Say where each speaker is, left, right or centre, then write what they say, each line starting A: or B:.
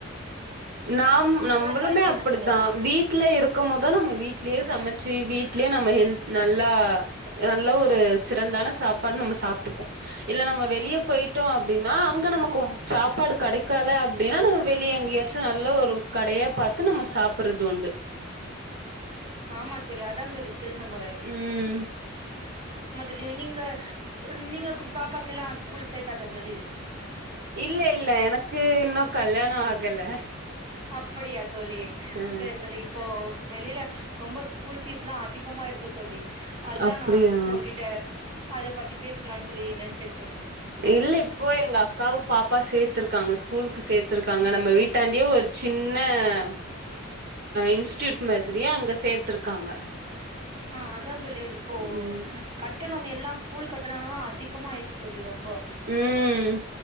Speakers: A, on the right; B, on the right.
A: நாம் நம்மளுமே
B: உங்களோட கருத்து
A: அப்டித்தா
B: என்ன தோழி அதுல
A: வீட்டு வீட்ல இருக்கும் போது நம்ம வீட்லயே சமச்சு வீட்லயே நம்ம ஹெல்த் நல்லா நல்ல ஒரு சிறந்தான சாப்பாடு நம்ம சாப்ட்டுப்போ இல்ல நம்ம வெளியே போயிட்டோ அப்டின்னா அங்க நமக்கு சாப்பாடு கிடைக்கல அப் அப்டின்னா நம்ம வெளிய எங்கேயாச்சு நல்ல ஒரு கடையா பாத்து நம்ம சாப்பிடுறது உண்டு
B: ஆமா தோழி அதா தோழி சிறந்த முறை
A: ம்
B: மொதல்ல நீங்க நீங்க பாப்பாக்கு எல்லா ஸ்கூல்ல சேத்தாச்சா தோழி
A: இல்ல இல்ல எனக்கு இன்னு கல்யாணோ ஆகல
B: அப்டியா தோழி
A: அ
B: செரி தோழி இப்போ வெளில ரொம்ப ஸ்கூல் ஃபீஸ்ல்லா அதிகமா இருக்கு தோழி அததான்
A: அப்டியா
B: நா உங்ககிட்ட அத பத்தி பேசலான்னு சொல்லி நெனச்சேன் தோழி
A: இல்ல இப்போ எங்க அக்காவு பாப்பா சேத்திருக்காங்க ஸ்கூலுக்கு சேத்திருக்காங்க நம்ம வீட்டாண்டயே ஒரு சின்ன இன்ஸ்டியூட் மாதிரி அங்க சேத்திருக்காங்க
B: ஆ அதான் தோழி இப்போ
A: ம்
B: கட் டணமெல்லா ஸ்கூல் கட்டணோ எல்லா அதிகமா ஆயிச்சு தோழி ரொம்போ
A: ம்